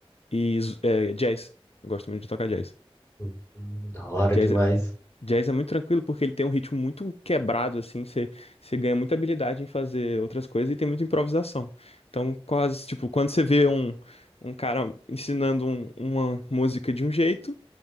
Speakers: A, on the left; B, on the left.
A: e z- é, jazz. Eu gosto muito de tocar jazz.
B: Hum, Da hora
A: Jazz
B: demais.
A: é Jazz é muito tranquilo porque ele tem um ritmo muito quebrado, assim, você você ganha muita habilidade em fazer outras coisas e tem muita improvisação. Então, quase, tipo, quando você vê um, um cara ensinando um- uma música de um jeito,